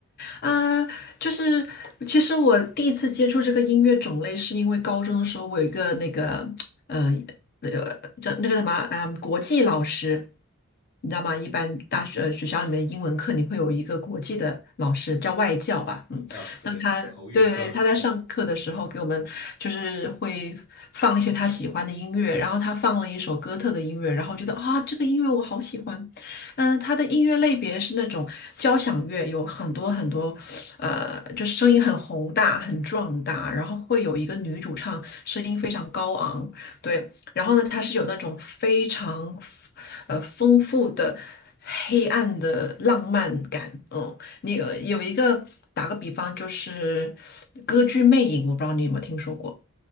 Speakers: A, on the left (about 50°); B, on the left (about 75°).
A: 啊，就是其实我第一次接触这个音乐种类，是因为高中的时候我有一个那个呃呃叫那个什么嗯国际老师，你知道吗？
B: 啊，
A: 一般大学呃学校里面英文课你会有一个国际的老师，叫外教吧，嗯，
B: 叫对口语课
A: 那他对对他在上课的时候给我们就是会放一些他喜欢的音乐，然后他放了一首哥特的音乐，然后觉得啊这个音乐我好喜欢，嗯，它的音乐类别是那种交响乐，有很多很多，呃，就是声音很宏大、很壮大，然后会有一个女主唱，声音非常高昂，对，然后呢，它是有那种非常，呃，丰富的黑暗的浪漫感，嗯，你呃有一个打个比方，就是歌剧《魅影》，我不知道你有没有听说过。